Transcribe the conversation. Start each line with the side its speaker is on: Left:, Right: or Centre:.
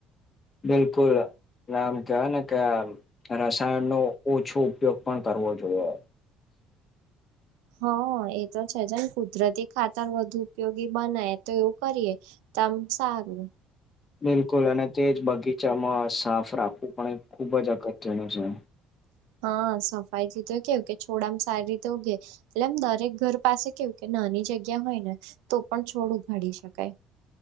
Left: બિલકુલ નામ કવાને ક રસાયણ નો ઓછો ઉપયોગ પણ કરવો જોઈએ.
Right: હ એ તો છે જ ને કુદરતી ખાતર વધુ ઉપયોગી બનાય તો એવું કરીએ. તમ સારું.
Left: બિલકુલ અને તે જ બગીચામાં સાફ રાખવું પણ એ ખુબ જ અગત્યનું છે.
Right: હા સફાઈ થી તો કેવું કે છોડ સારી રીતે ઉઘે. એટલે એમ દરેક ઘર પાસે કેવું કે નાની જગ્યા હોય ને, તો પણ છોડ ઉ ઘાડી શકાય.